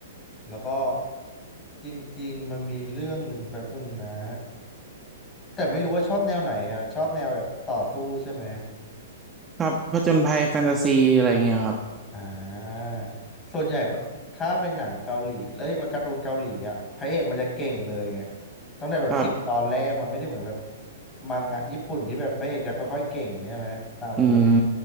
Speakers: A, on the left; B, on the right.
A: แล้วก็จริงๆมันมีเรื่องหนึ่งแบบนึงนะแต่ไม่รู้ว่าชอบแนวไหนอ่ะชอบแนวแบบต่อสู้ใช่ไหม
B: ครับผจญภัยแฟนตาซีอะไรอย่างเงี้ยครับ
A: อ่าส่วนใหญ่ปะถ้าเป็นหนังเกาหลีแล้วมาการ์ตูนเกาหลีอ่ะพระเอกมันจะเก่งเลยไงตั้งแต่แบบสิบตอนแรกมันไม่ได้เหมือนแบบ
B: ครับ
A: มังงะญี่ปุ่นที่แบบพระเอกจะค่อยๆเก่งใช่ไหมตามเวลา
B: อืม